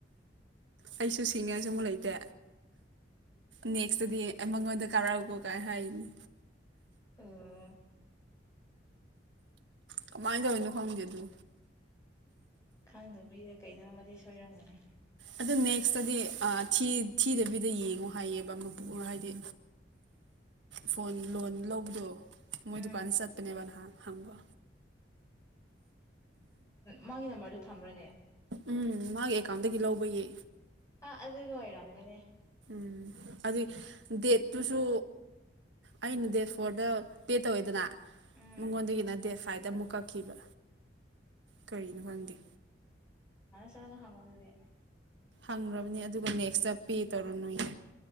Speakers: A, on the right (about 80°); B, on the left (about 20°).
A: ꯑꯩꯁꯨ ꯁꯤꯡꯉꯁꯨ ꯃꯨ ꯂꯩꯇꯦ ꯅꯦꯛꯁꯇꯗꯤ ꯑ ꯃꯉꯣꯟꯗ ꯀꯥꯔꯥꯎ ꯀꯨꯒꯥꯏ ꯍꯥꯏꯅꯤ
B: ꯎꯡ
A: ꯀꯃꯥꯏꯅ ꯇꯧꯋꯤꯅꯣ ꯈꯪꯗꯦ ꯑꯗꯨ
B: ꯈꯪꯗ ꯃꯤꯗꯣ ꯀꯩꯅꯣꯝꯃꯗꯤ ꯁꯣꯏꯔꯝꯒꯅꯤ
A: ꯑꯗꯨ ꯅꯦꯛꯁꯇꯗꯤ ꯑ ꯊꯤ ꯊꯤꯗꯕꯤꯗ ꯌꯦꯡꯉꯣ ꯍꯥꯏꯌꯦꯕ ꯃꯄꯨ ꯍꯥꯏꯗꯤ ꯐꯣꯟ ꯂꯣꯟ ꯂꯧꯕꯗꯣ ꯃꯣꯏ
B: ꯎꯝ
A: ꯗꯨꯀꯥꯟ ꯆꯠꯄꯅꯦꯕ ꯅꯍꯥꯟ ꯍꯝꯕ
B: ꯃꯥꯒꯤ ꯅꯝꯕꯔꯗꯣ ꯊꯝꯕ꯭ꯔꯅꯦ
A: ꯎꯝ ꯃꯥꯒꯤ ꯑꯦꯀꯥꯎꯟꯗꯒꯤ ꯂꯧꯕꯒꯤ
B: ꯑ ꯑꯗꯨꯒꯤ ꯑꯣꯏꯔꯝꯒꯅꯤ
A: ꯎꯝ ꯑꯗꯨꯏ ꯗꯦꯠꯇꯨꯁꯨ ꯑꯩꯅ ꯗꯦꯠ ꯐꯣꯔꯗ ꯄꯦ ꯇꯧꯋꯦꯗꯅ
B: ꯑꯣ
A: ꯃꯉꯣꯟꯗꯒꯤꯅ ꯅꯠꯇꯦ ꯐꯥꯏꯗ ꯑꯃꯨꯛ ꯀꯛꯈꯤꯕ ꯀꯔꯤꯅꯣ ꯈꯪꯗꯦ
B: ꯅꯪ ꯍꯪꯉꯣꯗꯨꯗꯤ
A: ꯐꯪꯈ꯭ꯔꯕꯅꯤ ꯑꯗꯨꯒ ꯅꯦꯛꯁꯇ ꯄꯦ ꯇꯧꯔꯅꯨꯌꯦ